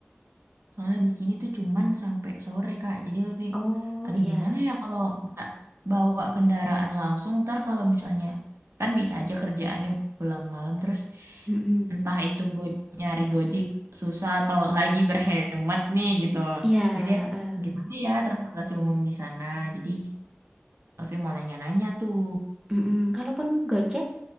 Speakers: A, on the right (about 85°); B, on the right (about 15°).
A: Soalnya di sini tuh cuman sampai sore, Kak. Jadi lebih,
B: Oh
A: aduh
B: iya.
A: gimana ya kalau nggak bawa kendaraan langsung, ntar kalau misalnya, kan bisa aja kerjaannya pulang malam, terus
B: Mm-mm.
A: entah itu go nyari Gojek susah atau lagi berhemat nih gitu.
B: Iya,
A: Jadi ya,
B: eh.
A: gimana ya transportasi umum di sana. Jadi Alfi mau nanya-nanya tuh.
B: Mm-mm. Kalaupun Gojek